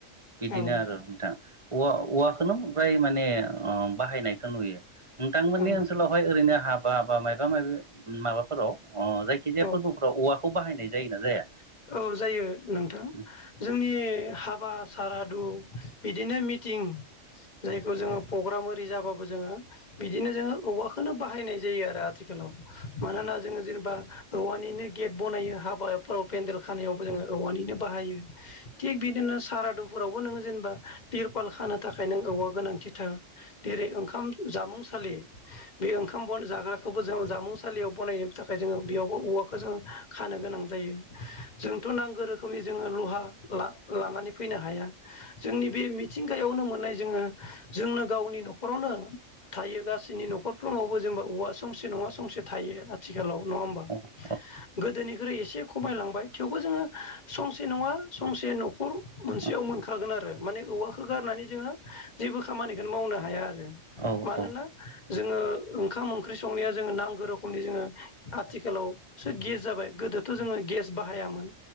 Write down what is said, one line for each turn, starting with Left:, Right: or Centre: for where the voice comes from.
Left: औ
Right: बिदिनो आरो नोंथां औवा औवाखोनो फ्राय माने ओ बाहायनाय नुयो नोंथांमोननि
Left: औ
Right: ओनसोलावहाय ओरैनो हाबा बा मायबा मायबि माबाफोराव अ जायखिजाया
Left: औ
Right: फोरबोफोराव औवाखौ बाहायनाय जायो ना जाया?
Left: औ जायो नोंथां
Right: औ उम औ
Left: जोंनि हाबा सारादु बिदिनो मिटिं जायखौ जोङो प्रग्राम ओरि जाबाबो जोङो बिदिनो जोङो औवाखौनो बाहायनाय जायो आरो आथिखालाव मानोना जोङो जेनेबा औवानिनो गेट बनायो हाबाफोराव पेन्देल खानायावबो जोङो औवानिनो बाहायो थिग बिदिनो सारादुफोरावबो नोङो जेनेबा तिरपाल खानो थाखाय नों औवा गोनांथिथार जेरै ओंखाम जामुंसालि बे ओंखाम बन जाग्राखौबो जोंङो जामुंसालियाव बनायनो थाखाय जोङो बेयावबो औवा खो जों खानो गोनां जायो जोंथ नांगौ रोखोमनि जोङो लहा ला लानानै फैनो हाया जोंनि बे मिथिंगायावनो मोननाय जोङो जोंनो गावनि नखरावनो थायो गासैनि नखरफ्रोमावबो जेनेबा औवा संसे नङा संसे थायो आथिखालाव नङा होमबा
Right: औ
Left: गोदोनिख्रुइ एसे खमायलांबाय थेवबो जोङो संसे नङा संसे न
Right: <inaudible>
Left: मोनसेयाव मोनखागोन आरो माने औवाखौ गारनानै जोङो जेबो खामानिखौनो मावनो हाया आरो
Right: औ
Left: मानोना जोङो ओंखाम ओंख्रि संनाया जोङो नांगौ रोखोमनि जोङो आथिखालावसो गेस जाबाय गोदो थ' जोङो गेस बाहायामोन